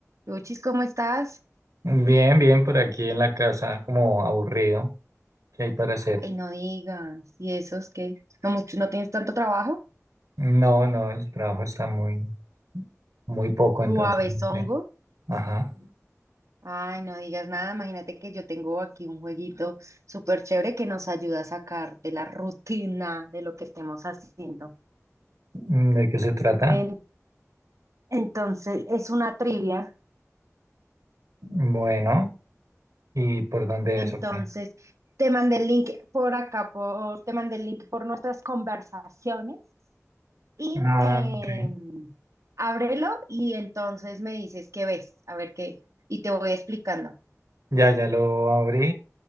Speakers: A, on the right; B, on the right.
A: Luchis, ¿cómo estás?
B: Bien, bien, por aquí en la casa, como aburrido, ¿qué hay para
A: Ay,
B: hacer?
A: no digas. ¿Y esos que no mucho, no tienes tanto trabajo?
B: No, no, el trabajo está muy, muy poco, entonces
A: Suavezongo.
B: no sé. Ajá.
A: Ay, no digas nada. Imagínate que yo tengo aquí un jueguito súper chévere que nos ayuda a sacar de la rutina de lo que estemos haciendo.
B: Mm, ¿De qué se trata?
A: En- entonces, es una trivia.
B: Bueno, ¿y por dónde
A: Entonces,
B: es o qué?
A: te mandé el link por acá, por, te mandé el link por nuestras conversaciones. y
B: Ah,
A: em,
B: ok.
A: ábrelo y entonces me dices qué ves, a ver qué, y te voy explicando.
B: Ya, ya lo abrí